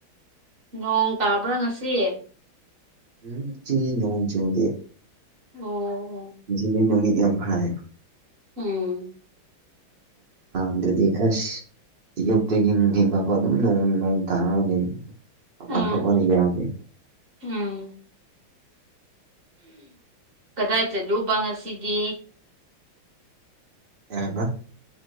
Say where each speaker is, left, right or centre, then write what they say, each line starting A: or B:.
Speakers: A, on the right (about 40°); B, on the right (about 65°).
A: ꯅꯣꯡ ꯇꯥꯕ꯭ꯔꯥ ꯉꯁꯤ
B: ꯎꯝ ꯆꯤ ꯅꯣꯡ ꯆꯗꯦ
A: ꯑꯣ ꯑꯣ
B: ꯉꯁꯤꯗꯤ ꯅꯅꯨꯡꯃꯤ ꯌꯥꯝꯅ ꯐꯥꯏ
A: ꯎꯝ
B: ꯑꯤꯗꯤ ꯑꯁ ꯑꯌꯨꯛꯇꯒꯤ ꯅꯨꯡꯊꯤꯟ ꯃ ꯑꯗꯨꯝ ꯅꯣꯡ ꯅꯣꯡ ꯇꯥꯔꯒꯗꯤ ꯃꯄꯥꯟ
A: ꯎꯝ
B: ꯊꯣꯛꯄꯅ
A: ꯎꯝ
B: ꯌꯥꯅꯤꯦ
A: ꯎꯝ ꯀꯗꯥꯏ ꯆꯠꯂꯨꯕ ꯉꯁꯤꯗꯤ
B: ꯀꯧꯍꯕ